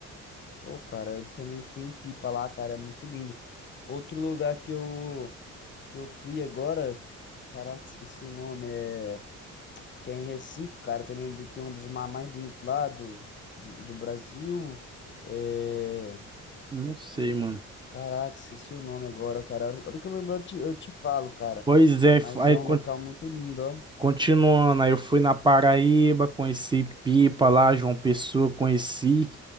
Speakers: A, on the left; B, on the right.
A: pô, cara, eu também fui em Pipa lá, cara, é muito lindo. Outro lugar que eu, que eu fui agora, caraca, esqueci o nome, é. que é em Recife, cara, também de- tem um dos mares mais bonitos lá do, do, do Brasil. É...
B: Não sei, mano.
A: Caraca, esqueci o nome agora, cara. A hora a hora que eu lembrar, eu te, eu te falo, cara.
B: Pois é, f-
A: Mas
B: aí
A: é um
B: con-
A: local muito lindo, ó.
B: continuando, aí eu fui na Paraíba, conheci Pipa lá, João Pessoa, conheci.